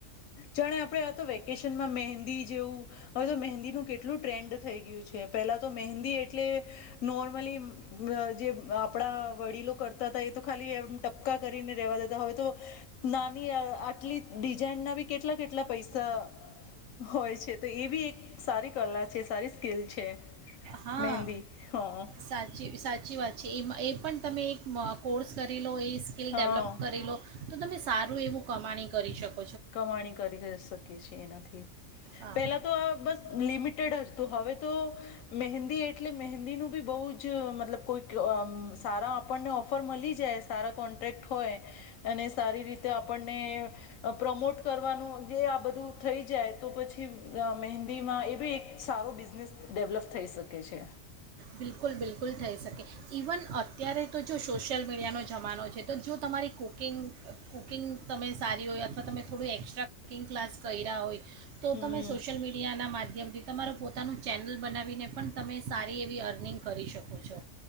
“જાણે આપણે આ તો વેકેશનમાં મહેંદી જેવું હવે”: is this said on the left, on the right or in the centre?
Left